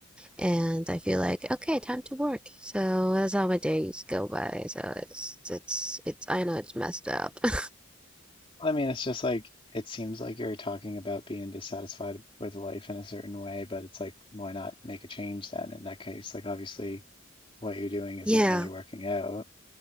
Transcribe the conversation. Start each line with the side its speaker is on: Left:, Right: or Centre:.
Centre: and I feel like okay, time to work. So that's how my days go by. So it's it's it's I know it's messed up. <laughs>
Left: I mean, it's just like it seems like you're talking about being dissatisfied with life in a certain way, but it's like, why not make a change then in that case? Like, obviously, what you're doing isn't
Centre: Yeah.
Left: really working out,